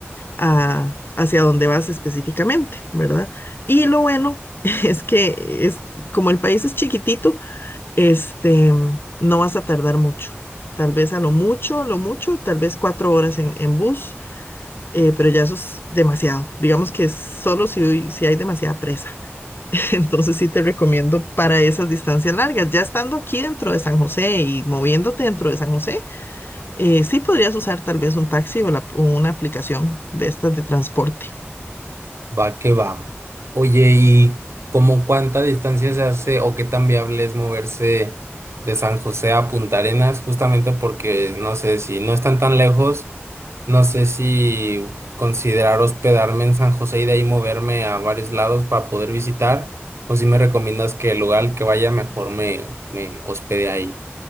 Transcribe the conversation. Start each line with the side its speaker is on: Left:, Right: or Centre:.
Left: a- hacia dónde vas específicamente, ¿verdad? Y lo bueno <laughs> es que es, como el país es chiquitito, este, no vas a tardar mucho. Tal vez a lo mucho, lo mucho, tal vez cuatro horas en, en bus, eh, pero ya eso es demasiado. Digamos que solo si, si hay demasiada presa. <laughs> Entonces sí te recomiendo para esas distancias largas. Ya estando aquí dentro de San José y moviéndote dentro de San José, eh, sí podrías usar tal vez un taxi o, la- o una aplicación de estas de transporte.
Right: Va que va. Oye, ¿y cómo cuánta distancia se hace o qué tan viable es moverse de San José a Punta Arenas? Justamente porque no sé si no están tan lejos, no sé si considerar hospedarme en San José y de ahí moverme a varios lados para poder visitar, o si me recomiendas que el lugar al que vaya mejor me, me hospede ahí.